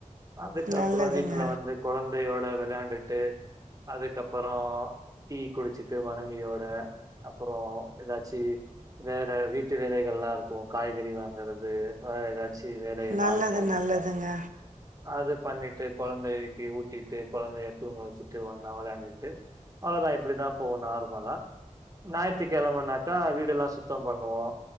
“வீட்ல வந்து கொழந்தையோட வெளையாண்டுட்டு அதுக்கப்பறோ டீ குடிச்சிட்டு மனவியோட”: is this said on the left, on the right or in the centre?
Right